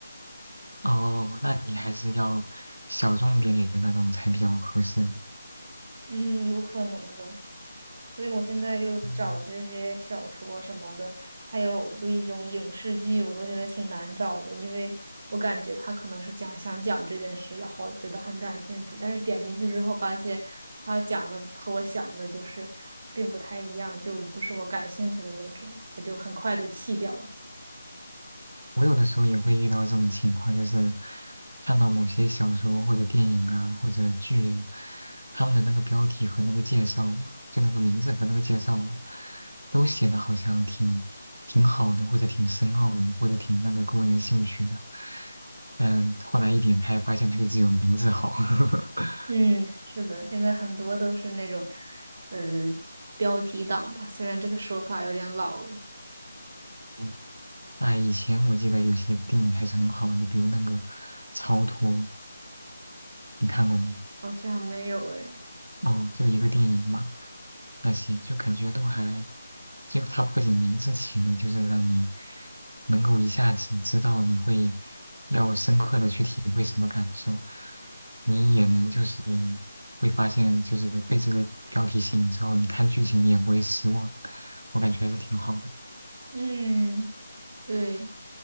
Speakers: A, on the right; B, on the right.
A: 哦，那你还是要小众点点那种才比较合适你。
B: 嗯，有可能的。所以我现在就找这些小说什么的，
A: 嗯
B: 还有就一种影视剧，我都觉得挺难找的，因为我感觉他可能是讲想讲这件事，然后觉得很感兴趣，但是点进去之后发现他讲的和我想的就是并不太一样，就不是我感兴趣的那种，我就很快就弃掉了。
A: 我有的时候也会遇到这种情况，就是看到某些小说或者电影啊或者剧啊，他们的那个标题和那个介绍啊，就那个名字和那个介绍啊，都写的好像挺挺好的，或者挺深奥的，或者挺那个勾人兴趣的。但后来一点开，发现它就只有名字好。<laughs>
B: 嗯，是的，现在很多都是那种，呃，标题党吧，虽然这个说法有点老了，
A: 嗯啊，以前我记得有些电影还是很好的，比如那个《超脱》，你看过没？
B: 好像没有诶。
A: 哦，就一个电影嘛，那些就感觉都还，就它不仅名字起的，就是让你能够一下子知道你会要深刻的去体会什么感受，你也能就是会发现，就是被这个标题吸引之后，你看剧情你也不会失望，我感觉还是挺好的。
B: 嗯，对，